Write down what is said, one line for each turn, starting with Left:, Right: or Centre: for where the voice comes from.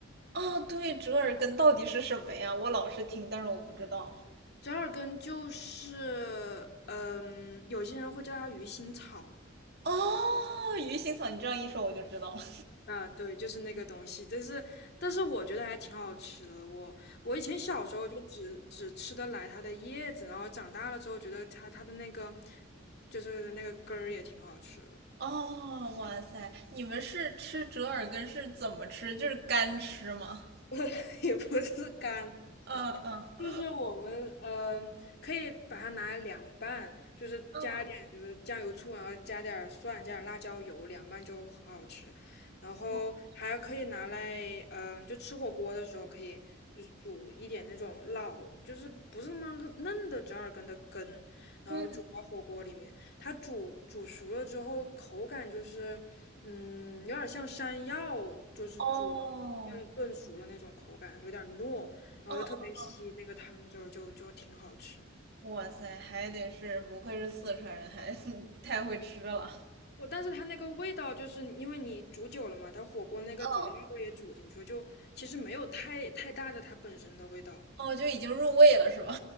Right: 哦，对，折耳根到底是什么呀？我老是听，但是我不知道。
Left: 折耳根就是，嗯，有些人会叫它鱼腥草。
Right: 哦，鱼腥草，你这样一说我就知道了。
Left: 啊，对，就是那个东西，但是但是我觉得还挺好吃的。我我以前小时候就只只吃得来它的叶子，然后长大了之后觉得它它的那个就是那个根儿也挺好吃的，
Right: 哦，哇塞，你们是吃折耳根是怎么吃？就是干吃吗？
Left: <laughs> 也不是干。
Right: 嗯嗯
Left: 就是我们嗯、呃可以把它拿来凉拌，就是加一点就是酱油醋，
Right: 嗯
Left: 然后加点儿蒜，加点儿辣椒油，凉拌就很好吃。然后还可以拿来，
Right: 嗯
Left: 嗯、就吃火锅的时候可以，就是煮一点那种老，就是不是那么嫩的折耳根的根，然后煮到火锅里面。
Right: 嗯嗯，
Left: 它煮煮熟了之后，口感就是，嗯，有点像山药，就是煮炖炖熟了那种口感，
Right: 哦，
Left: 有点糯。然后又特别稀，
Right: 嗯嗯嗯，
Left: 那个汤汁儿就就挺好吃。
Right: 哇塞，还得是不愧是四川人，还 <laughs> 太会吃了。
Left: 我但是它那个味道，就是因为你煮久了嘛，它火锅那个底料也煮进去了，
Right: 嗯，
Left: 就其实没有太太大的它本身的味道。
Right: 哦，就已经入味了是吧？